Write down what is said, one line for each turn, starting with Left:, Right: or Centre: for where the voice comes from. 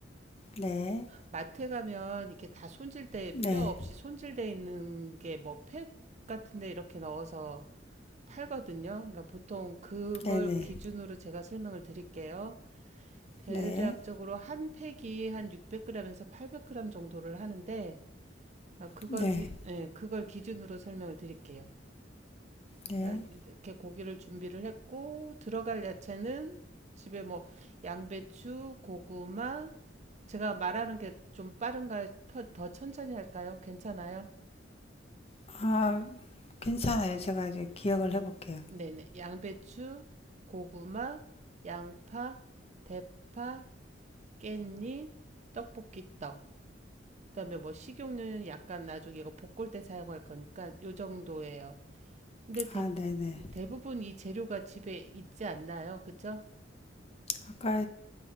Left: 네,
Right: 마트에 가면 이렇게 다 손질돼
Left: 네,
Right: 뼈 없이 손질돼 있는 게 뭐 팩 같은데 이렇게 넣어서 팔거든요. 그러니까 보통 그걸
Left: 네네,
Right: 기준으로 제가 설명을 드릴게요. 대략적으로
Left: 네, 네,
Right: 한 팩이 한 600g에서 800g 정도를 하는데 아, 그걸
Left: 네.
Right: 기, 예, 그걸 기준으로 설명을 드릴게요.
Left: 네.
Right: 그러니까 이렇게 고기를 준비를 했고 들어갈 야채는 집에 뭐 양배추, 고구마. 제가 말하는 게 좀 빠른가요? 더, 더 천천히 할까요? 괜찮아요?
Left: 아, 괜찮아요. 제가 이제 기억을 해볼게요.
Right: 네네. 양배추, 고구마, 양파, 대파, 깻잎, 떡볶이 떡. 그다음에 뭐 식용유는 약간 나중에 이거 볶을 때 사용할 거니까 요 정도예요. 근데 대,
Left: 아, 네네.
Right: 대부분 이 재료가 집에 있지 않나요? 그죠?
Left: 아까